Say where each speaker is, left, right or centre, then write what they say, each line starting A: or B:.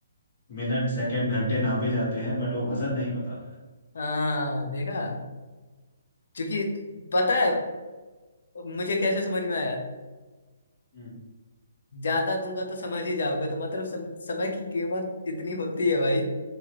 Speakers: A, on the left; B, on the left.
A: मिनट सेकंड घंटे नापे जाते हैं बट वो वजन नहीं बताता है
B: हाँ देखा क्योंकि पता है मुझे कैसे समझ में आया
A: हम्म
B: ज्यादा दूंगा तो समझ ही जाओगे तो मतलब सम, समय की कीमत इतनी होती है भाई